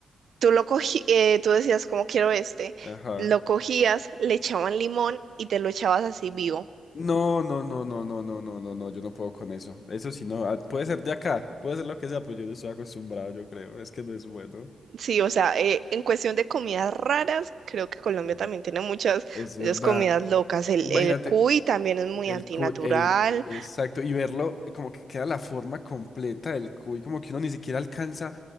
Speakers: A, on the right (about 65°); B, on the left (about 50°).
A: tú lo cogí, eh, tú decías, como quiero este,
B: Ajá.
A: lo cogías, le echaban limón y te lo echabas así vivo.
B: No, no, no, no, no, no, no, no, no, yo no puedo con eso. Eso sí, no. ah, Puede ser de acá, puede ser lo que sea, pero yo no estoy acostumbrado, yo creo. Es que no es bueno.
A: Sí, o sea, eh, en cuestión de comidas raras, creo que Colombia
B: Ujú.
A: también tiene muchas,
B: Es
A: muchas
B: verdad.
A: comidas locas. El,
B: Imagínate.
A: el cuy también es muy
B: El
A: antinatural.
B: cuy, el, exacto, y verlo y como que queda la forma completa del cuy, como que uno ni siquiera alcanza